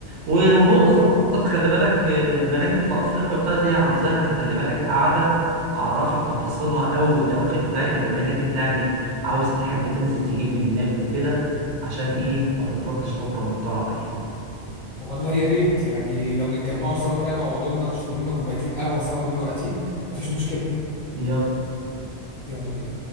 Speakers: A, on the right; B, on the left.
A: و- ونقطة
B: اه طبعا
A: نقطة خلي بالك آه، المناجم في أفريقيا بتاعت دي عاوزة لها خلي بالك قاعدة أعرفك تفاصيلها أوي والدواخل بتاعتها بما إنك أنت يعني عاوز تحب تنزل تجيب من هناك وكده عشان إيه ما تتلطش لطة محترمة يعني
B: والله يا ريت يعني لو نتجمعوا سوا كده نقعدوا لنا نشربوا لنا كوبايتين قهوه سوا دلوقتي مفيش مشكله
A: يلا
B: يلا بينا